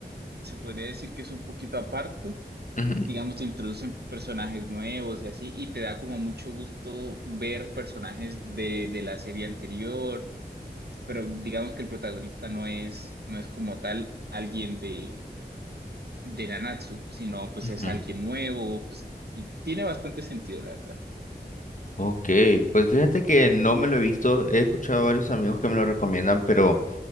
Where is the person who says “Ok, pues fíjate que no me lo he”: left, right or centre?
Left